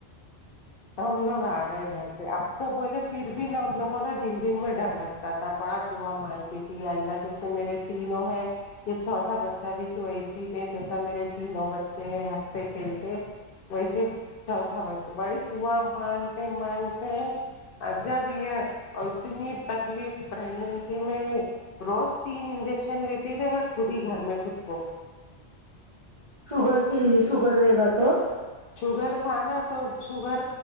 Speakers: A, on the left; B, on the right.
A: تو ہم لوگ آ گئے گھر پہ اب تو بولے پھر بھی نا ہم لوگوں کو نا دل دل میں ڈر لگتا تھا بڑا دعا مانگتی تھی اللہ جیسے میرے تینوں ہے یہ چوتھا بچہ بھی تو ایسے ہی دے جیسا میرے تینوں بچے ہیں ہنستے کھیلتے ویسے چوتھا بس بڑی دعا مانگتے مانگتے جب یہ اتنی تکلیف پریگننسی میں روز تین انجیکشن لیتی تے میں خود ہی گھر میں خود کو
B: شوگر کے لی شوگر رے گا تو
A: شوگر تھا نا تو شوگر